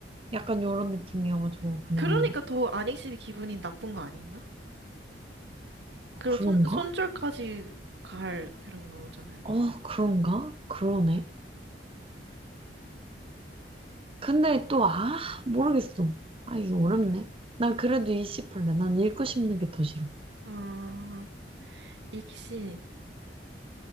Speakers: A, on the right (about 30°); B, on the right (about 75°).
A: 약간 이런 느낌이어가지고 그냥
B: 그러니까 더 안익십이 기분이 나쁜 거 아닌가? 그리고
A: 그런가?
B: 손, 손절까지 갈 그런 거잖아요,
A: 어,
B: 언니.
A: 그런가? 그러네. 근데 또 아, 모르겠어. 아, 이게 어렵네. 난 그래도
B: 음.
A: 이씹할래난 읽고 싶는 게 더 싫어.
B: 아, 익시